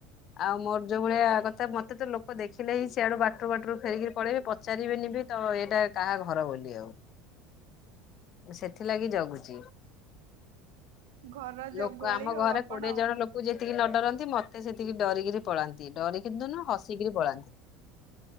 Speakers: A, on the left; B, on the right.
A: ଆଉ ମୋର ଯୋଉ। ଭଳିଆ କଥା ମତେ ତ ଲୋକ ଦେଖିଲେ ହି ସିଆଡୁ ବାଟରୁ ବାଟରୁ ଫେରିକିରି ପଳେଇବି ପଚାରିବେନି ବି ତ-ତ-ତ ଏଇଟା। କାହା ଘର ବୋଲି ଆଉ। ସେଥିଲାଗି ଜଗୁଛି
B: ଘର
A: ଲୋକ
B: ଜଗୁଆଳି
A: ଆମ ଘରେ
B: ଆଉ ଆପଣ।
A: କୋଡିଏ ଜଣ ଲୋକ ଯେତିକି ନ ଡରନ୍ତି ମ ତ ସେତିକି ଡରିକିରି ପଳାନ ଡରିକିରି ତ ନୁହଁ ହସିକିରି ପଳାନ୍ତି